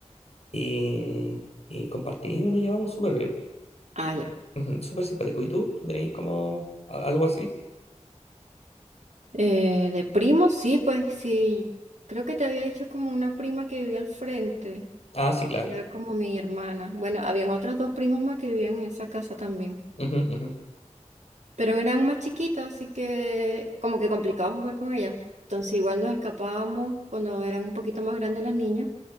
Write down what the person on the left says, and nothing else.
y, y compartimos, nos llevamos súper bien,
Ujú, súper simpático. ¿Y tú? ¿Tú tenías como a- algo así?
Ah, sí, claro.
Ujú, ujú,